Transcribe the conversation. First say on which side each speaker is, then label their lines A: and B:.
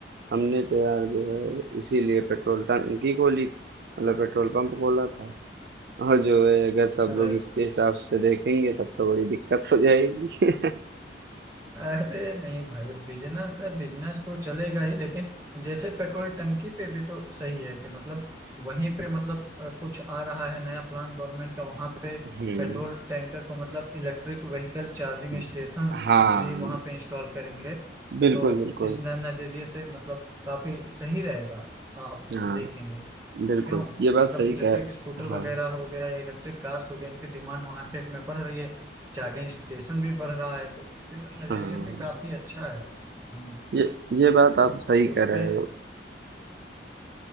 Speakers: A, on the right; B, on the right.
A: हमने तो यार जो है इसीलिए पेट्रोल टंकी खोली थी मतलब पेट्रोल पंप खोला था और जो है अगर सब
B: अ,
A: लोग इसके हिसाब से देखेंगे तब तो बड़ी दिक्कत हो जाएगी
B: अरे नहीं भाई बिजनेस है बिजनेस तो चलेगा ही लेकिन जैसे पेट्रोल टंकी पे भी तो सही है कि मतलब वहीं पे मतलब अ, कुछ आ रहा है नया प्लान गवर्नमेंट का वहां पे
A: हम्म
B: पेट्रोल टैंकर को मतलब इलेक्ट्रिक व्हीकल चार्जिंग
A: हम्म।
B: स्टेशंस
A: हाँ
B: भी वहां पे इंस्टॉल करेंगे
A: बिल्कुल
B: तो
A: बिल्कुल
B: इस न- नजरिए से मतलब काफी सही रहेगा आप
A: हाँ
B: देखेंगे
A: बिल्कुल
B: क्यों
A: ये बात
B: मतलब
A: सही
B: इलेक्ट्रिक
A: कह
B: स्कूटर
A: हाँ
B: वगैरह हो गया या इलेक्ट्रिक कार्स हो गए इनकी डिमांड मार्केट में बढ़ रही है चार्जिंग स्टेशन भी बढ़ रहा है तो उसी नजरिए
A: हाँ
B: से काफी अच्छा है हम्म,
A: ये ये बात आप सही
B: तो उस
A: कह रहे
B: पे
A: हो